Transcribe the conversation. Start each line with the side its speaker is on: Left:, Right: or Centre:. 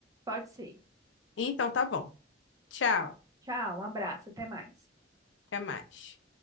Right: Pode ser.
Left: Então tá bom. Tchau.
Right: Tchau, um abraço, até mais.
Left: Até mais.